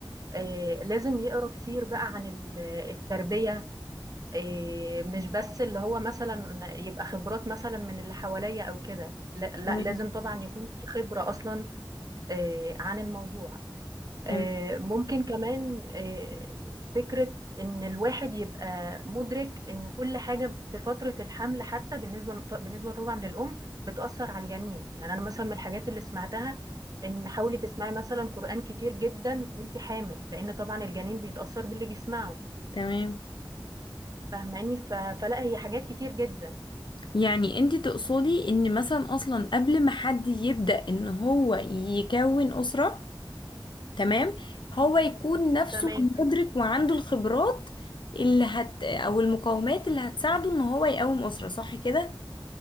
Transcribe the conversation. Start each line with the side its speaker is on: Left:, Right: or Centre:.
Right: آه، لازم يقرأ كتير بقى عن ال- التربية آه، مش بس اللي هو مثلا يبقى خبرات مثلا من اللي حواليا أو كده لا لا،
Left: تمام
Right: لازم طبعا يكون في خبرة أصلا آه، عن الموضوع آه،
Left: تمام
Right: ممكن كمان آه، فكرة إن الواحد يبقى مدرك إن كل حاجة في فترة الحمل حتى بالنسبة بالنسبة طبعا للأم بتأثر على الجنين يعني أنا مثلا من الحاجات اللي سمعتها إن حاولي تسمعي مثلا قرآن كتير جدا وإنتي حامل لأن طبعا الجنين بيتأثر باللي بيسمعه
Left: تمام
Right: فاهماني ف- فلا هي حاجات كتير جدا
Left: يعني انت تقصدي ان مثلا اصلا قبل ما حد يبدأ ان هو يكون أسرة تمام هو يكون نفسه
Right: تمام
Left: مدرك وعنده الخبرات اللي هت او المقومات اللي هتساعده ان هو يقوم أسرة صح كده؟